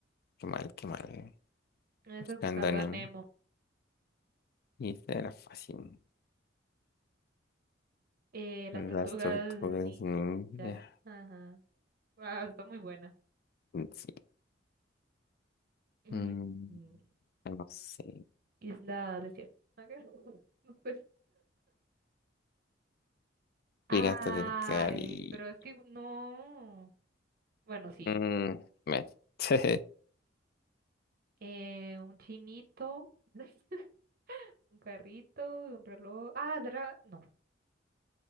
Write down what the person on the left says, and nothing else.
qué mal, qué mal.
Buscando
anime.
Y esta era fácil.
Las
tortugas
ninja.
Sí.
Mm,
no sé.
Piratas del Caribe.
Mm, bueno. <laughs>